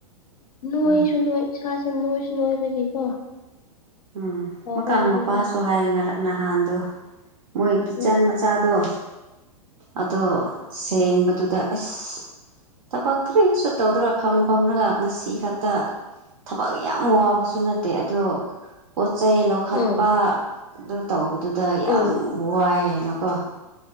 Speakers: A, on the left (about 70°); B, on the right (about 60°).
A: ꯅꯣꯏꯁꯨ
B: ꯎꯝ
A: ꯅꯣꯏ ꯏꯁꯥꯥꯁꯦ ꯅꯣꯏꯁꯨ ꯅꯣꯏꯕꯒꯤꯀꯣ
B: ꯎꯝ
A: ꯇꯧꯕꯖꯥꯠꯅꯤꯗ
B: ꯃꯀꯥꯡ ꯃꯄꯥꯁꯨ ꯍꯥꯏꯌꯦ ꯅꯍꯥꯟꯗꯣ ꯃꯣꯏ ꯀꯤꯠꯆꯟ
A: ꯎꯝ
B: ꯃꯆꯥꯗꯣ ꯑꯗꯣ ꯁꯦꯡꯕꯗꯨꯗ ꯑꯦꯁ ꯊꯕꯛ ꯀꯔꯤꯁꯨ ꯇꯧꯗ꯭ꯔ ꯐꯝ ꯐꯝꯂꯒ ꯉꯁꯤ ꯈꯛꯇ ꯊꯕꯛ ꯌꯥꯝ ꯋꯥꯕꯁꯨ ꯅꯠꯇꯦ ꯑꯗꯣ ꯄꯣꯠ ꯆꯩꯩ ꯂꯧꯈꯠꯄ
A: ꯎꯝ
B: ꯑꯗꯨ ꯇꯧꯕꯗꯨꯗ
A: ꯎꯝ
B: ꯌꯥꯝ ꯋꯥꯏ ꯍꯥꯏꯅꯀꯣ